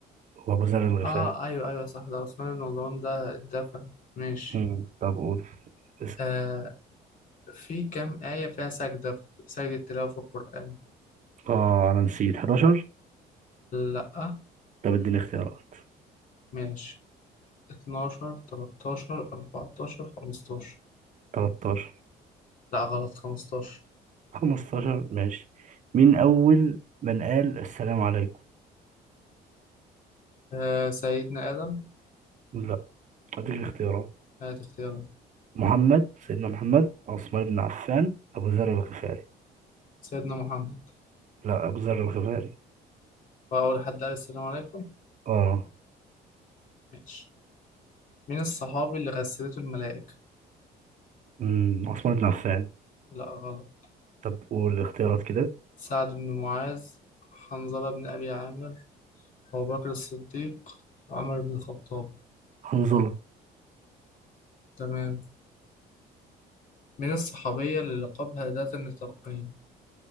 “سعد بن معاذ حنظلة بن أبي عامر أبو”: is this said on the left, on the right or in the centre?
Left